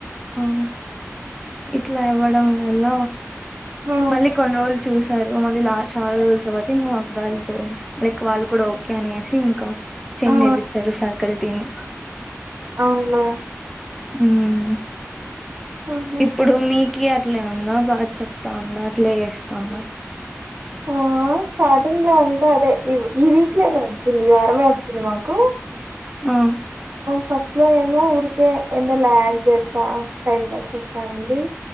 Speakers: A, in the centre; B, on the right (about 45°).
A: మ్ ఇట్లా అవ్వడం వల్ల
B: ఆ
A: మళ్ళీ కొన్ని రోజులు చూస్ టరు మళ్ళ లా చాలా రోజుల తర్వాత ఇంగ మా అబ్బాయిలతో లైక్ వాళ్ళు కూడా కి అనేసి ఇంకా చేంజ్
B: ఆ
A: చేపిచ్చారు ఫ్యాకల్టీని
B: అవున్లే
A: మ్
B: ఆహా
A: ఇప్పుడు మీకి అట్లే ఉందా బాగా చెప్తా ఉందా అట్లే చేస్తాందా
B: ఆ స్టార్టింగ్ లో అంతా అదే ఈ వీక్లే నే వచ్చింది ఈ వారమే వచ్చింది మాకు
A: ఆ
B: ఫస్ట్ లో ఏమో ఊరికే ఎందో లాగ్ చేస్తా టైం వేస్ట్ చేస్తా ఉన్నింది